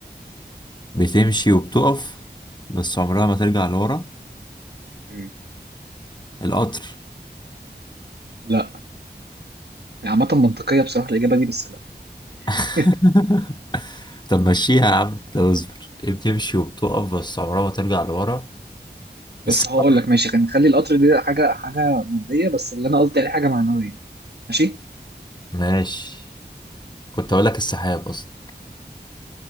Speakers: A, on the left; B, on the right.
A: بتمشي وبتقف بس عمرها ما ترجع لورا
B: مم.
A: القطر
B: لا يعني عامه منطقيه بصراحه الاجابه دي بس لا
A: <laughs>
B: <laughs>
A: طب مشيها يا عم طب اصبر ايه بتمشي وبتقف بس عمرها ما ترجع لورا السحاب
B: بس هقول لك ماشي كان نخلي القطر دي حاجه حاجه ماديه بس اللي انا قصدي عليه حاجه معنويه ماشي
A: ماشي كنت اقول لك السحاب اصلا